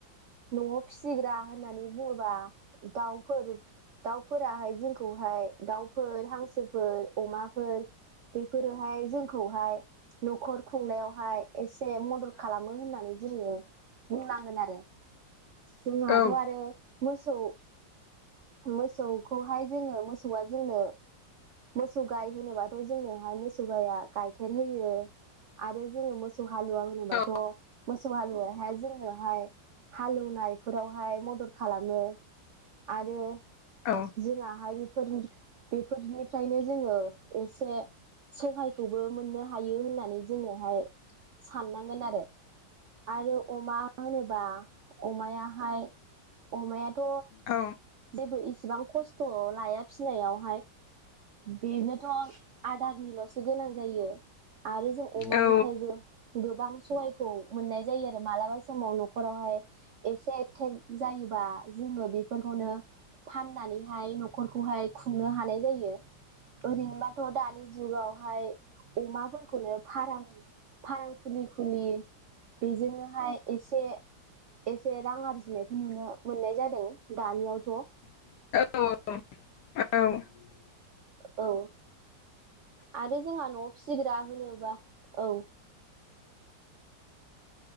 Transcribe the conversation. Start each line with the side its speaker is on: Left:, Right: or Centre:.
Right: न'आव फिसिग्रा होननानै बुङोबा दाउफोर दाउफोराहाय जोंखौहाय दाउफोर हांसो फोर अमाफोर बेफोरोहाय जोंखौहाय न'खर खुंनायावहाय एसे से मदद खालामो होननानै जोङो बुंनांगोन आरो <unintelligible> जोंहाथ'
Left: औ
Right: आरो मोसौ मोसौखौहाय जोङो मोसौआ जोंनो मोसौ गाय होनोबाथ' जोंनोहाय मोसौ गाइया गाइखेर होयो आरो जोङो मो सौ हालुवा होनोबाथ
Left: औ
Right: मोसौ हा <unintelligible> फुङावहाय जोंनोहाय हालेवनायफोरावहाय मदद खालामो आरो
Left: औ
Right: जोंहा हाय <unintelligible> बेफोरनिफ्रायनो जोङो एसे सहायखौबो मोननो हायो होननानै जोङोहाय साननांगोन आरो आरो अमा होनोबा अमायाहाय अमायाथ'
Left: औ
Right: जेबो इसेबां खस्थ' लाया फिनायावहाय बेनोथ' आदारनिल'स गोनां जायो। आरो जों अमानिफ्रायबो
Left: औ
Right: गोबां सहायखौ मोननाय जायो आरो मालाबा समव न'खरावहाय एसे थेक जायोबा जोङो बेफोरखौनो फाननानै हाय न'खरखौहाय खुंनो हानाय जायो। ओरैनोबाथ' दानि जुगावहाय अमाफोरखौनो फाराम फाराम खुलि खुलि बेजोंनोहाय एसे एसे रां आरजिनायखौ नुनो मोननाय जादों। दानियावथ'
Left: औ औ औ
Right: औ आरो जोंहा न'आव फिसिग्रा होनोबा औ